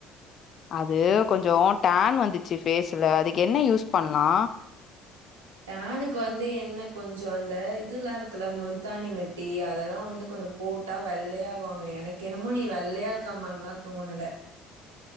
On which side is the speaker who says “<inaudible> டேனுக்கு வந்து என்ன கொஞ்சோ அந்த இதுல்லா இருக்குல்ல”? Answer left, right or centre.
Right